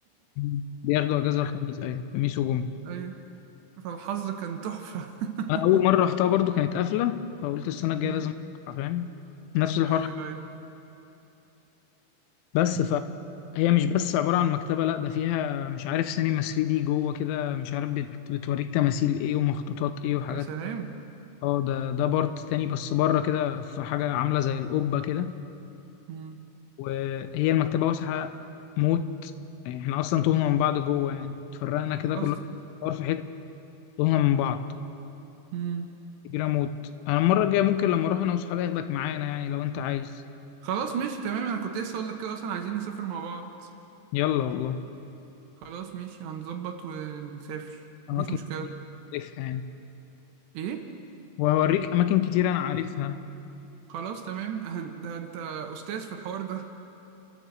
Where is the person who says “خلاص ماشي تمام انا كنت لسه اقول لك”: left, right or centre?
Right